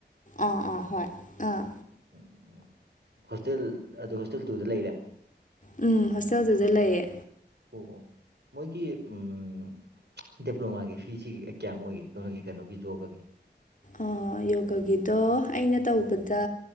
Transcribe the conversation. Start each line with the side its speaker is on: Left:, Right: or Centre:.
Left: ꯑꯥ ꯑꯥ ꯍꯣꯏ ꯑꯥ
Right: ꯎꯝ ꯎꯝ ꯎꯝ ꯍꯣꯁꯇꯦꯜ ꯑꯗꯨ ꯍꯣꯁꯇꯦꯜ ꯇꯨꯗ ꯂꯩꯔꯦ
Left: ꯎꯝ ꯍꯣꯁꯇꯦꯜꯁꯤꯗ ꯂꯩꯌꯦ
Right: ꯑꯣ ꯑꯣ ꯃꯣꯏꯒꯤ ꯎꯝ ꯗꯤꯄ꯭ꯂꯣꯃꯥꯒꯤ ꯐꯤꯁꯤ ꯀꯌꯥꯃꯨꯛ ꯑꯣꯏꯒꯦ ꯀꯩꯅꯣꯒꯤ ꯀꯩꯅꯣꯒꯤ ꯖꯣꯕꯒꯒꯤ
Left: ꯑꯥ ꯌꯣꯒꯒꯤꯗꯣ ꯑꯩꯅ ꯇꯧꯕꯗ